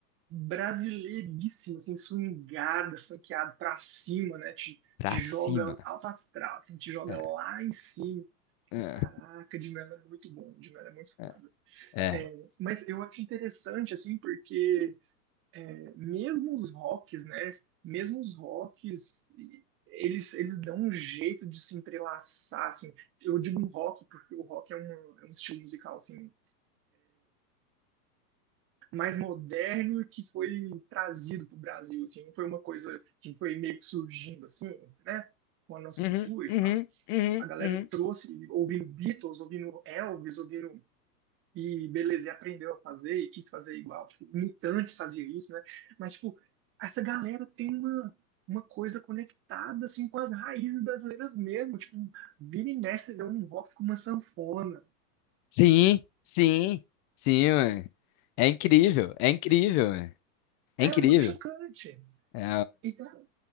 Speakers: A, on the right (about 25°); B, on the left (about 30°).
A: brasileiríssima, assim, swingada, funkeada pra cima, né? Te,
B: pra
A: te
B: cima.
A: joga alto astral, assim, te joga
B: É,
A: lá em cima.
B: é,
A: Caraca, de Melo é muito bom, de Melo é muito
B: é.
A: foda.
B: é.
A: É, mas eu acho interessante, assim, porque mesmo os rocks, né? Mesmo os rocks, eles, eles dão um jeito de se entrelaçar, assim. Eu digo rock porque o rock é um, é um estilo musical, assim, mais moderno que foi trazido para o Brasil, assim. Não foi uma coisa que foi meio que surgindo, assim, né? Com a nossa
B: Uhum,
A: cultura e
B: uhum,
A: tal.
B: uhum,
A: A galera
B: uhum.
A: trouxe, ouvindo Beatles, ouvindo Elvis, ouvindo e beleza, e aprendeu a fazer e quis fazer igual. Tipo, mutantes faziam isso, né? Mas, tipo, essa galera tem uma, uma coisa conectada, assim, com as raízes brasileiras mesmo. Tipo, vira e mexe, vê um rock com uma sanfona.
B: Sim, sim, sim, mano. É incrível, é incrível, É
A: É
B: incrível.
A: muito chocante.
B: É,
A: Então,